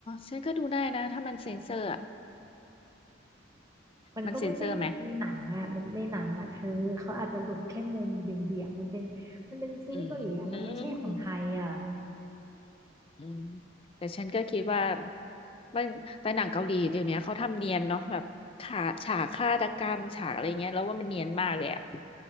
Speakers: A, on the left; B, on the right.
A: ฉันก็ดูได้นะถ้ามันเซ็นเซอร์อ่ะ
B: มันก็ไม่ได้ในหนังอ่ะมันในหนังอ่ะเธอเขาอาจจะหลบแค่มุมเบี่ยงๆมันเป็นมันเป็นซีรีส์เกาหลีอ่ะมันไม่ใช่ของไทยอ่ะ
A: มันเซ็นเซอร์ไหมอืมอืมแต่ฉันก็คิดว่ามันไปหนังเกาหลีเดี๋ยวนี้เขาทำเนียนเนาะแบบฉากฉากฆาตกรรมฉากอะไรเงี้ยแล้วว่ามันเนียนมากเลยอ่ะ